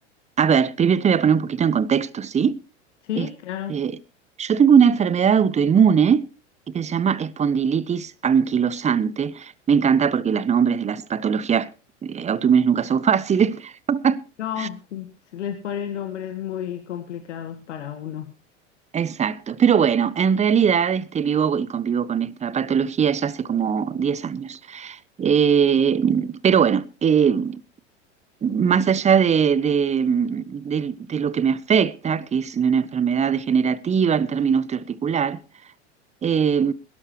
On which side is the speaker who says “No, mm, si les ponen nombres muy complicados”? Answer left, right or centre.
Left